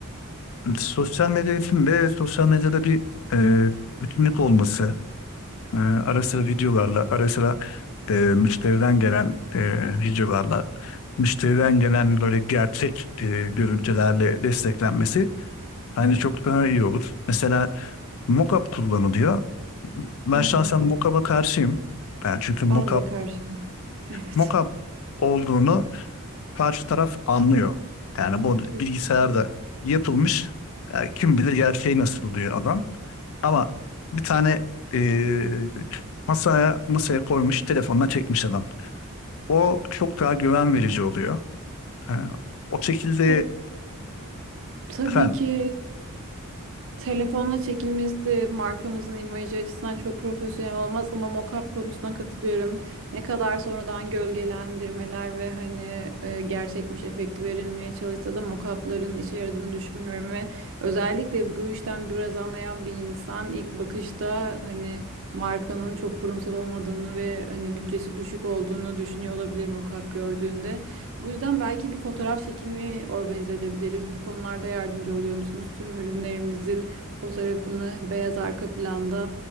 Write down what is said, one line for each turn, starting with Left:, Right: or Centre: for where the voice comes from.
Left: Sosyal medya için de sosyal medyada bir e, bütünlük olması Ee, ara sıra videolarla, ara sıra e, müşteriden gelen e, videolarla, müşteriden gelen böyle gerçek e, görüntülerle desteklenmesi bence çok daha iyi olur. Mesela mockup kullanılıyor. Ben
Right: Hı hı.
Left: şahsen mockup'a karşıyım. Ben çünkü mockup,
Right: Ben de karşıyım. Evet,
Left: mockup olduğunu karşı taraf anlıyor. Yani bu bilgisayarda
Right: kesinlikle.
Left: yapılmış. e, kim bilir gerçeği nasıl diyor adam. Ama bir tane eee, masaya masaya koymuş telefonla çekmiş adam. O çok daha güven verici oluyor. Ee, o şekilde
Right: Bir- tabii
Left: efendim
Right: ki Telefonla çekilmesi de markamızın imajı açısından çok profesyonel olmaz ama mock-up konusuna katılıyorum. Ne kadar sonradan gölgelendirmeler ve hani e, gerçekmiş efekti verilmeye çalışsa da mock-up'ların işe yaradığını düşünmüyorum ve özellikle bu işten biraz anlayan bir insan ilk bakışta hani markanın çok kurumsal olmadığını ve hani bütçesi düşük olduğunu düşünüyor olabilir mock-up gördüğünde. Bu yüzden belki bir fotoğraf çekimi organize edebiliriz. Bu konularda yardımcı oluyor musunuz? Tüm ürünlerimizin Fotoğrafını beyaz arka planda